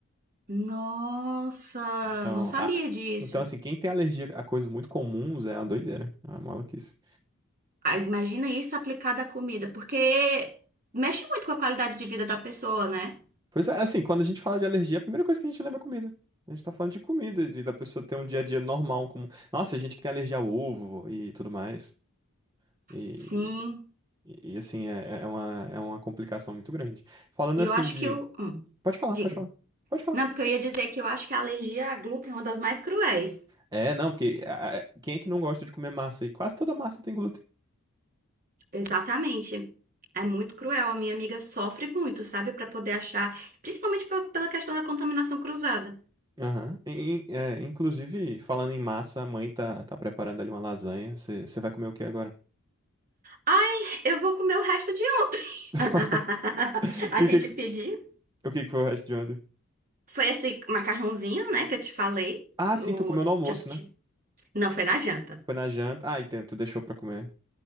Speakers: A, on the right (about 35°); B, on the right (about 20°).
A: Nossa,
B: Então,
A: não sabia
B: a-
A: disso.
B: então assim, quem tem alergia a coisas muito comuns é uma doideira, é uma maluquice.
A: Ah, imagina isso aplicado à comida, porque mexe muito com a qualidade de vida da pessoa, né?
B: Pois é, assim, quando a gente fala de alergia, a primeira coisa que a gente lembra é comida. A gente tá falando de comida, de da pessoa ter um dia a dia normal, como. Nossa, gente que tem alergia ao ovo e tudo mais. E,
A: Sim.
B: e- e, assim, é, é uma, é uma complicação muito grande. Falando
A: E
B: assim
A: eu acho
B: de.
A: que o. Hum.
B: Pode falar,
A: Diga.
B: pode falar. Pode falar.
A: Não, porque eu ia dizer que eu acho que a alergia a glúten é uma das mais cruéis.
B: É, não, porque ah, quem é que não gosta de comer massa? E quase toda massa tem glúten.
A: Exatamente. É muito cruel. A minha amiga sofre muito, sabe? Pra poder achar, principalmente pe- pela questão da contaminação cruzada.
B: Aham. E- e, é, inclusive, falando em massa, a mãe tá, tá preparando ali uma lasanha. Você vai comer o que agora?
A: Ai, eu vou comer o resto de ontem.
B: <laughs>
A: <laughs> A
B: E
A: gente
B: o que que,
A: pediu.
B: o que que foi o resto de ontem?
A: Foi esse macarrãozinho, né, que eu te falei,
B: Ah,
A: do
B: sim, tu comeu no almoço,
A: chapati.
B: né?
A: Não, foi na janta.
B: Foi na janta. Ah, então, tu deixou pra comer.